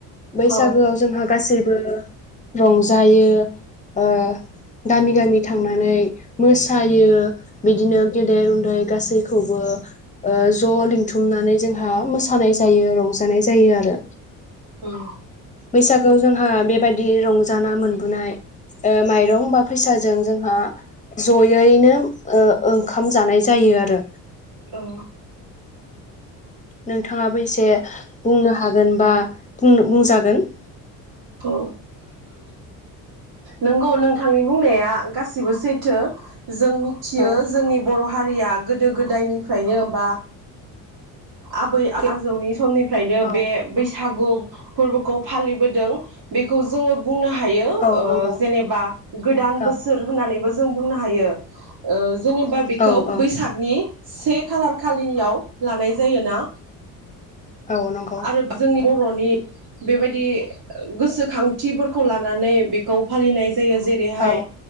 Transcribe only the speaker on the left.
बैसागोआव
जोंहा गासै बो रंजायो ओ गामि गामि थांनानै मोसायो बिदिनो गेदेर उन्दै गासैखौबो ओ ज लिंथुमनानै जोंहा मोसानाय जायो रंजा <unintelligible> जायो आरो
बैसागु जोंहा बेबायदि रंजाना मोनबोनाय ओ माइरं बा फैसाजों जोंहा जयैनो ओ ओंखाम जानाय जायो आरो
नोंथाङाबो एसे बुंनो हा हागोन बा बुंनो बुंजागोन
औ
औ
औ नंगौ
औ
औ औ
औ नंगौ
औ